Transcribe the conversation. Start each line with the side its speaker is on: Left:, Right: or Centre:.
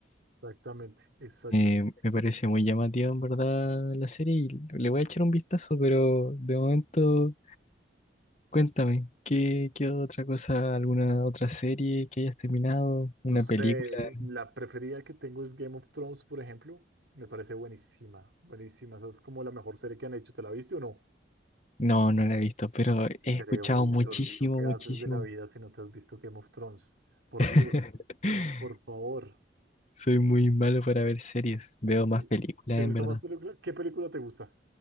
Right: exactamente, exactamente.
Left: Eh, me parece muy llamativo en verdad la serie y le voy a echar un vistazo, pero de momento cuéntame, ¿qué, qué otra cosa, alguna otra serie que hayas terminado? ¿Una
Right: No sé,
Left: película?
Right: la preferida que tengo es Game of Thrones, por ejemplo. Me parece buenísima, buenísima. Esa es como la mejor serie que han hecho. ¿Te la viste o no?
Left: No, no la he visto, pero he escuchado
Right: Creo, Víctor,
Left: muchísimo,
Right: ¿tú qué
Left: muchísimo.
Right: haces de la vida si no te has visto Game of Thrones? Por
Left: <laughs>
Right: Dios. Por favor.
Left: Soy muy malo para ver series, veo más
Right: ¿Sí?
Left: películas
Right: ¿Te
Left: en
Right: gusta
Left: verdad.
Right: más película? ¿Qué película te gusta?